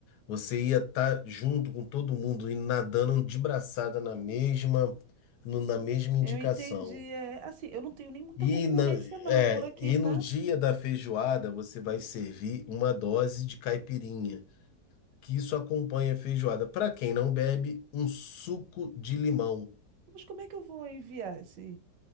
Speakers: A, on the left; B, on the right.
A: Você ia estar junto com todo mundo, indo nadando de braçada na mesma, no- na mesma indicação.
B: eu entendi. É, assim, eu não tenho nem muita
A: E,
B: concorrência
A: na-
B: não
A: é,
B: por aqui,
A: e
B: tá?
A: no dia da feijoada, você vai servir uma dose de caipirinha, que isso acompanha a feijoada. Para quem não bebe, um suco de limão.
B: Mas como é que eu vou enviar esse,